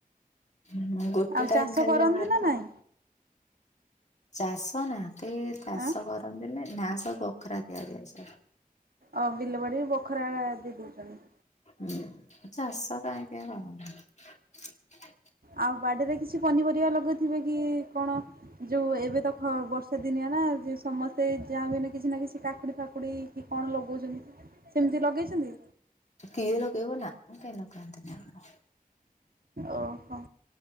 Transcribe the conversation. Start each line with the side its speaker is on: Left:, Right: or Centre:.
Left: ହଁ, ଗୋଟେ
Right: ଆଉ
Left: ଟାଇମ୍
Right: ଚାଷ
Left: ଖାଲି
Right: କରନ୍ତି
Left: ଯାହା ଭାତ
Right: ନା
Left: ଖାଆ
Right: ନାଇଁ?
Left: ଚାଷ ନା, କେହି ଚାଷ
Right: ଆଁ
Left: କର ନ୍ତିନି, ନାଁ ସବୁ ବଖରା ଦିଆଯାଇଛି।
Right: ଅ ବିଲବାଡି ବଖରା ଏକା ଦେଇ ଦେଇଛନ୍ତି?
Left: ହୁଁ, ଚାଷ କାଇଁ କେହି କରନ୍ତିନି।
Right: ଆଉ ବାଡିରେ କିଛି ପନିପରିବା ଲଗଉଥିବେ କି କଣ? ଯୋଉ ଏବେ ଦଖ ବର୍ଷାଦିନିଆ ନା, ଯେ ସମସ୍ତେ ଯାହାବି ହେନେ କିଛି ନା କିଛି କାକୁଡି ଫାକୁଡି କି କଣ ଲଗଉଚନ୍ତି, ସେମତି ଲଗେଇଚନ୍ତି?
Left: କିଏ ଲଗେଇବ ନା, ଆମର କେହି ଲଗାନ୍ତିନି ଆମର।
Right: ଓହୋ।